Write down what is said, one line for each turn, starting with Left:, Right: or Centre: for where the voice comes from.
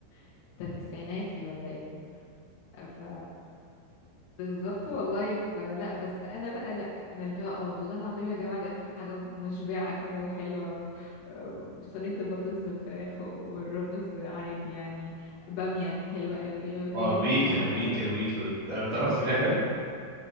Left: انت التسعيناتي ولا ايه ف بالظبط والله ف... لا بس انا بقى لا انا اللي هو آه والله العظيم يا جماعه دي اكتر حاجه مشبعه كده وحلوه و... آه، صينيه البطاطس بالفراخ والرز عادي يعني باميه حلوه قوي القلقاس
Right: اه ويكا
Left: والله
Right: ويكا
Left: حاجات
Right: ويكا ويكا انا اتعرفت منها حلو